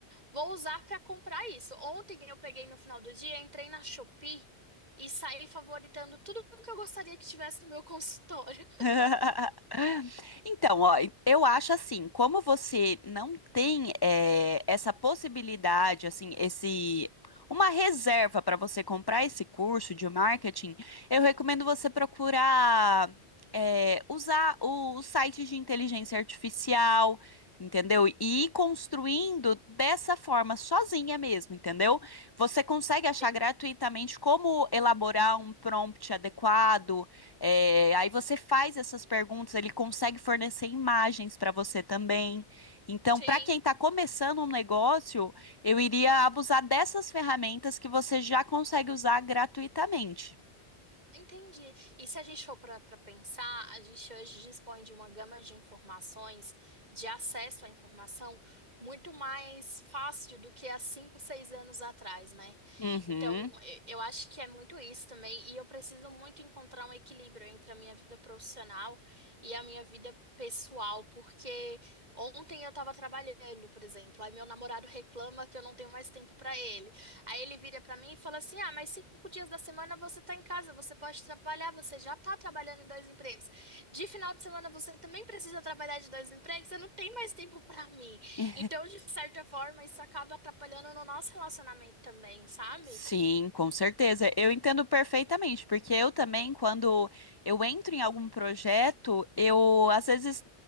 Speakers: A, on the right; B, on the left.
A: Vou usar para comprar isso. Ontem eu peguei no final do dia, entrei na Shopee e saí favoritando tudo o que eu gostaria que tivesse no meu <laughs> consultório.
B: <laughs> Então, ó, eu acho assim, como você não tem eh, essa possibilidade, assim, esse uma reserva para você comprar esse curso de marketing, eu recomendo você procurar eh, usar o- os sites de inteligência artificial, entendeu? E ir construindo
A: Uhum.
B: dessa forma, sozinha mesmo, entendeu? Você consegue achar
A: Sim.
B: gratuitamente como elaborar um prompt adequado é, aí você faz essas perguntas, ele consegue fornecer imagens para você também. Então,
A: Sim.
B: para quem está começando um negócio, eu iria abusar dessas ferramentas que você já consegue usar gratuitamente.
A: Entendi. E se a gente for para pensar, a gente hoje dispõe de uma gama de informações, de acesso à informação, muito mais fácil do que há cinco, seis anos atrás, né?
B: Uhum.
A: Então, e- eu acho que é muito isso também, e eu preciso muito encontrar um equilíbrio entre a minha vida profissional e a minha vida pessoal, porque ontem eu estava trabalhando, por exemplo, aí meu namorado reclama que eu não tenho mais tempo para ele. Aí ele vira pra mim e fala assim: Ah, mas cinco dias da semana você tá em casa, você pode trabalhar, você já tá trabalhando em dois empregos. De final de semana você também precisa trabalhar de dois empregos, você não tem mais tempo pra mim.
B: <laughs>
A: Então, de certa forma, isso acaba atrapalhando no nosso relacionamento também, sabe?
B: Sim, com certeza. Eu entendo perfeitamente, porque eu também, quando eu entro em algum projeto, eu às vezes